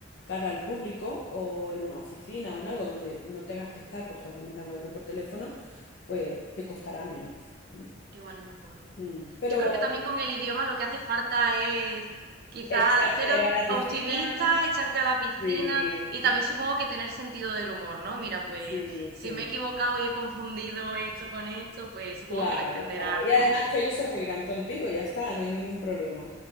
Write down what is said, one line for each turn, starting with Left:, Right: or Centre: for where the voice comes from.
Left: cara al público o en una oficina o en algo donde no tengas que estar constantemente hablando por teléfono, pues te costará menos. ¿m?
Right: Igual es mejor, ¿no?
Left: Mm, Pero
Right: Yo creo que también con el idioma lo que hace falta es quizás
Left: echarte
Right: ser op-
Left: a la piscina,
Right: optimista, echarte a la piscina
Left: sí,
Right: y
Left: sí,
Right: también supongo que tener sentido del humor, ¿no? Mira, pues
Left: sí, sí.
Right: si me he equivocado y he confundido esto con esto, pues supongo
Left: Claro,
Right: que lo entenderán,
Left: claro. Y además
Right: ¿no?
Left: que ellos se reirán contigo, ya está, no hay ningún problema.